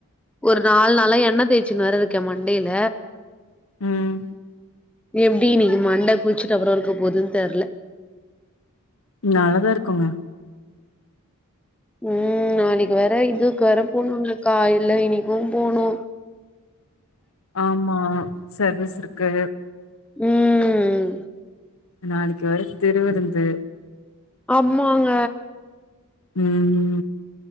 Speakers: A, in the centre; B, on the left.
A: ஒரு நால் நாளா எண்ண தேய்ச்சின் வேற இருக்கே மண்டைல
B: ம்.
A: எப்டி இன்னைக்கு மண்ட குளிச்சிட்ட அப்றோ இருக்க போதுன் தெர்ல
B: நல்லா தா இருக்குங்க
A: ம் நாளைக்கு வேற இதுக்கு வேற போனுங்கக்கா இல்ல இன்னைக்கு போனு
B: ஆமா சர்வீஸ்ருக்கு
A: ம்
B: நாளைக்கு வேற திரு விருந்து
A: ஆமாங்க
B: ம்